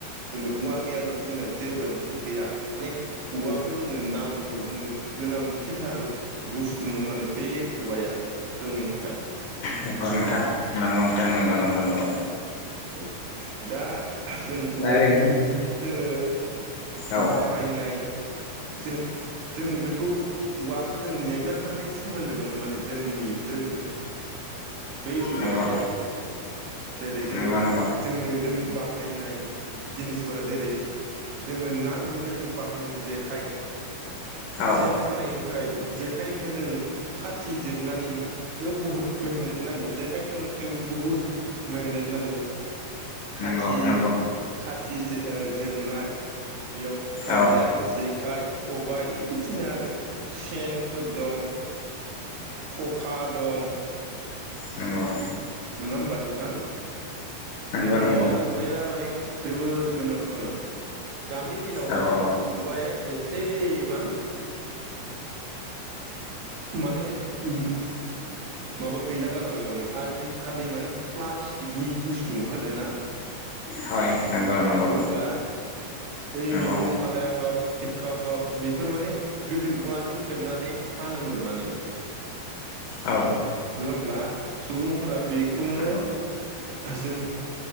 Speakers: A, on the right; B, on the left.
A: जोंनो औवा गैब्लाथाय जोङो जेबोआनो गैया माने औवाखौ जोंनो नांगौ जोंनो गोनांथिथार बुस्थुमोन माने बे औवाया जोंनि थाखाय।
B: नंगौ नोंथां नंगौ नोंथां नंगौं नंगौ नंगौ
A: औ दा जों
B: दा
A: औवानि
B: ओरैनो
A: जोङो
B: औ
A: बाहायनाय जों जोङो बेखौ औवाखो जों नेगारनो हायै सोमोन्दो दं माने जोंनि जोंजों बे औवाया
B: नंगौ
A: जेरै जों
B: नंगौ नंगौ
A: जोङो जोंनि बाहायनाय जिनिसफोरा जेरै जोङो ना गुरनायाव जों बाहायनाय जेखाइ
B: औ
A: सेन सानायनि थाखाय जेखाइजों जों खाथि जिरनानै मो इयाव बुहुत मेहेनत नांगौ जेखाइ हेबनो था थेवबो बुहुद मेहेनोत नांगौ। खाथि
B: नंगौ नंगौ
A: खाथि जि ओ जिरनाय <inaudible> बेयाव खानाय
B: औ
A: आरो जे खाइ खबाइ बिदिसिना आरो सेनफोर दं, खखा दं।
B: नंग'।
A: नङा होमबा नोंथां?
B: नंगौ
A: जोंनिया
B: नंगौ
A: बया माने जोबोर गोनांथारमोन। दानि दिनाव
B: औ
A: माने
B: औ
A: औवाया एसे मान माने ओ माबा गैला जालांबाय माने आजिखालि माने प्लास्टिकनि बुस्थु ओंखारदों ना
B: हय नंगौ नंगौ
A: नङा होमब्ला? ओइ
B: नंगौ
A: मैगं खादाया हक खिरखा हक बेफोर माने गोदो औवाजों हेबनानै फानोमोन। माने
B: औ
A: नङा होमब्ला? सुबुंफोरा बे खौनो
B: नंगौ
A: जों